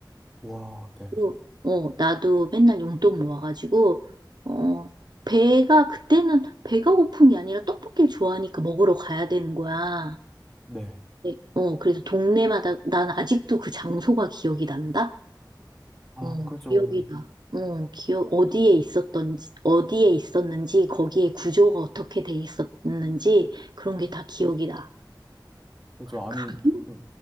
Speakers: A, in the centre; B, on the right.
A: 와, 네,
B: 그리고, 어, 나도 맨날 용돈 모아가지고, 어, 배가, 그때는 배가 고픈 게 아니라 떡볶이를 좋아하니까 먹으러 가야 되는 거야.
A: 네.
B: 네, 어, 그래서 동네마다, 난 아직도 그 장소가 기억이 난다?
A: 아,
B: 어,
A: 그죠.
B: 기억이 나. 어, 기억, 어디에 있었던지, 어디에 있었는지, 거기에 구조가 어떻게 돼 있었는지, 그런 게 다 기억이 나.
A: 그죠. 아니,
B: 가격?
A: 그